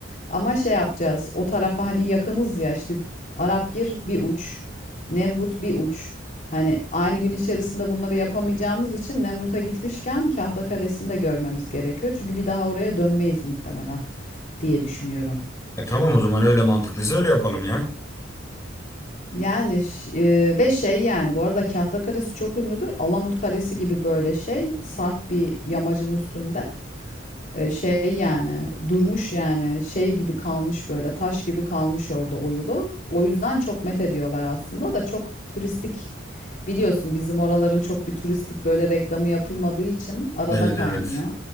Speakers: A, on the left; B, on the left.
A: Ama şey yapacağız. O tarafa hani yakınız ya işte Arapgir bir uç, Nemrut bir uç. Hani aynı gün içerisinde bunları yapamayacağımız için Nemrut'a gitmişken Kahta Kalesi'ni de görmemiz gerekiyor. Çünkü bir daha oraya dönmeyiz muhtemelen diye düşünüyorum.
B: E tamam o zaman öyle mantıklıysa öyle yapalım ya.
A: Yani e, ve şey yani bu arada Kahta Kalesi çok ünlüdür. Alamut Kalesi gibi böyle şey sarp bir yamacın üstünde. E, şey yani durmuş yani şey gibi kalmış böyle taş gibi kalmış orada oyulu. O yüzden çok met ediyorlar aslında da çok turistik biliyorsun bizim oraların çok bir turistik böyle reklamı yapılmadığı için arada
B: Evet
A: kaynıyor.
B: evet.